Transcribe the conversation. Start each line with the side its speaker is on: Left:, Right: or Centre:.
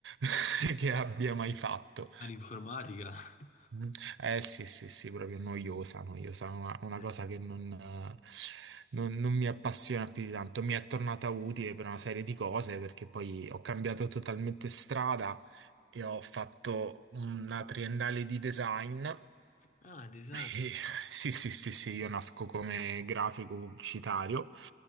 Right: <laughs> che abbia mai fatto.
Left: Ma L'informatica. <laughs>
Right: Mm. Eh sì, sì, sì, proprio noiosa, noiosa, una, una
Left: Eh.
Right: cosa che non, eh, non- non mi appassiona più di tanto. Mi è tornata utile per una serie di cose perché poi ho cambiato totalmente strada e ho fatto una triennale di design
Left: Ah, design.
Right: eh, Sì, sì, sì, sì, io nasco come grafico pubblicitario